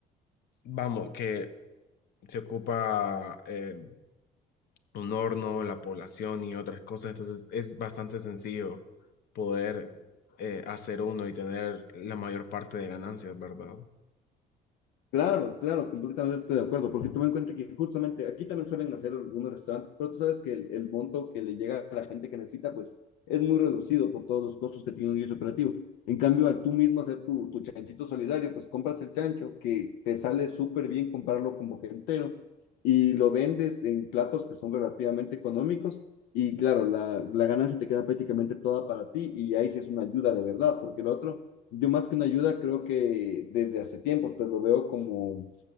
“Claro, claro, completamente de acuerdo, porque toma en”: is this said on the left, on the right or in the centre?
Left